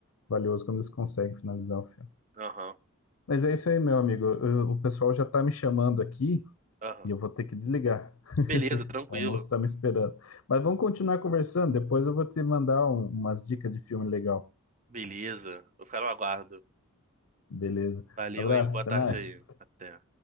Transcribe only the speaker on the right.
aham,
aham.
Beleza, tranquilo.
Beleza, eu quero no aguardo.
Valeu,
hein? Boa
tarde
aí. Até.